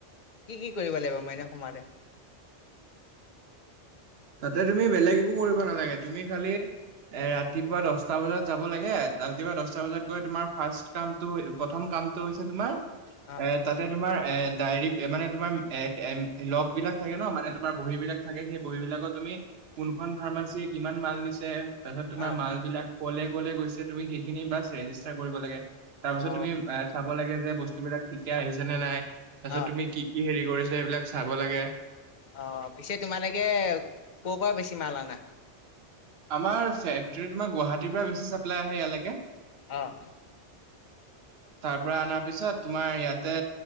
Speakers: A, on the left; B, on the right.
A: কি কি কৰিব লাগিব মাই এনে সোমালে?
B: তাতে তুমি বেলেগ একো কৰিব নালাগে তুমি খালি- এ ৰাতিপুৱা দশটা বজাত যাব লাগে ৰাতিপুৱা দশটা বজাত গৈ তোমাৰ ফাষ্ট কামটো প্ৰথম কাম- হৈছে তোমাৰ
A: অ
B: এ তাতে তোমাৰ এ ডায়েৰী মানে তোমাৰ এ এ লগ বিলাক থাকে ন মানে তোমাৰ বহী বিলাক থাকে সেই বহী বিলাক- তুমি কোনখন ফাৰ্মাচীয়ে কিমান মাল নিছে তাৰপিছত তোমাৰ
A: অ
B: মাল বিলাক- ক'লে ক'লে গৈছে তুমি সেইখিনি বাছ ৰেজিষ্টাৰ কৰিব লাগে। তাৰপিছত
A: অ
B: তুমি এ চাব লাগে যে বস্তু বিলাক ঠিকে আহিছে নে নাই? তাৰপিছত
A: অ
B: তুমি কি কি হেৰি কৰিছা। এইবিলাক চাব লাগে।
A: অ পিছে তোমালোকে ক' পৰা বেছি মাল আনা?
B: আমাৰ ফেক্টৰী তোমাৰ গুৱাহাটীৰ পৰা বেছি চাপ্লাই আহে ইয়ালৈকে
A: অঁ
B: তাৰ পৰা আনাৰ পিছত তোমাৰ ইয়াতে